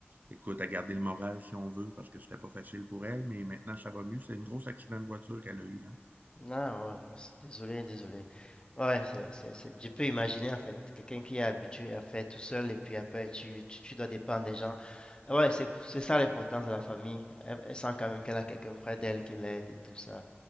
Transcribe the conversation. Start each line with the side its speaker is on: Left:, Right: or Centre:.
Right: écoute, à garder le moral si on veut, parce que c'était pas facile pour elle, mais maintenant ça va mieux. C'est un gros accident de voiture qu'elle a eu, hein.
Left: Non, ouais, c'est- désolé, désolé. Ouais, c'est, c'est, c'est- je peux imaginer en fait, quelqu'un qui est habitué à faire tout seul et puis après tu, tu, tu dois dépendre des gens. Ah Ouais, c'est, pour- c'est ça l'importance de la famille. Elle, elle sent quand même qu'elle a quelqu'un près d'elle qui l'aide et tout ça.